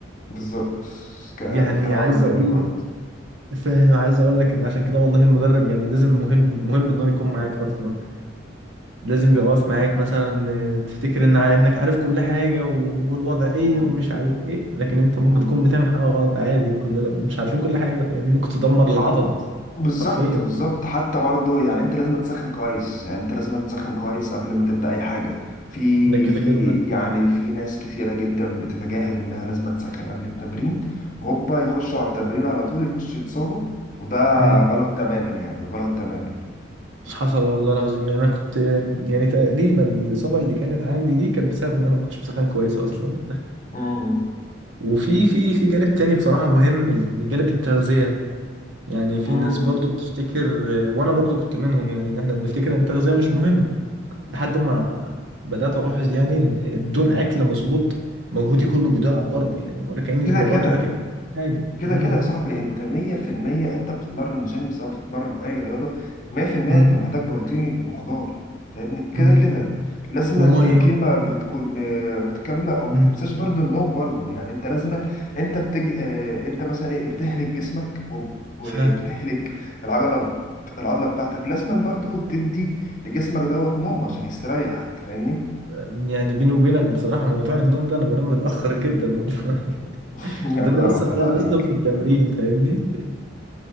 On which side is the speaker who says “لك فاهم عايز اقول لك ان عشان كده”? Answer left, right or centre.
Right